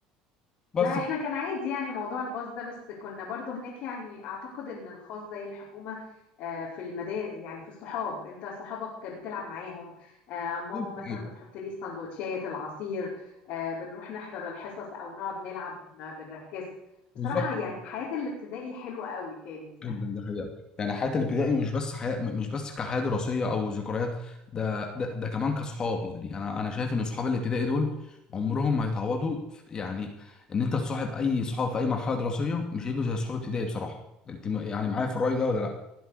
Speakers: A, on the left; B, on the left.
A: بس
B: لا احنا كان عادي يعني موضوع الباص ده بس كنا برضو هناك يعني اعتقد ان الخاص زي الحكومة آه، في المدارس يعني في الصحاب انت صحابك بتلعب معاهم آه، ماما
A: ايوه
B: مثلا بتحط لي السندوتشات العصير آه، بنروح نحضر الحصص او نقعد نلعب ما بنركز بصراحة
A: بالظبط
B: يعني حياة الابتدائي حلوة قوي كانت يعني
A: جدا ده حقيقة يعني حياة الابتدائي مش بس حياة مش بس كحياة دراسية أو ذكريات ده ده, ده كمان كصحاب يعني أنا أنا شايف إن صحاب الابتدائي دول عمرهم ما يتعوضوا في- يعني إن أنت تصاحب أي صحاب في أي مرحلة دراسية مش هيجوا زي صحاب ابتدائي بصراحة أنت م- يعني معايا في الرأي ده ولا